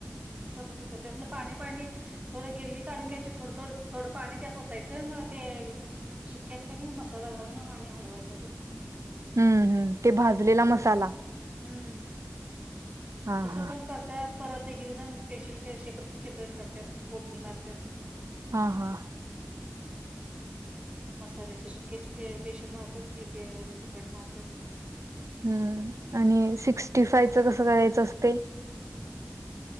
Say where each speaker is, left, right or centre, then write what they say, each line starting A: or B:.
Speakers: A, on the right; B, on the right.
A: तस त्यातलं पाणी पाणी थोडं गिरवी काढून घ्यायची, थोडं थोडं थोडं पाणी त्यात होतायचं मग ते. सुक्यात का नाही, मसाला घालून आणि हलवायचा तो.
B: हम्म हम्म ते भाजलेला मसाला.
A: हम्म.
B: हा
A: तसं
B: हा.
A: पण करतात. परत एक एक जण स्पेशल सेपरेट सेपरेट करतात फोडणी मारतात.
B: हा हा.
A: मसाल्याची सुक्याची पेशल मारतात, ती प शेपट मारतात.
B: हम्म आणि सिक्स्टी फाय च कसं करायचं असते.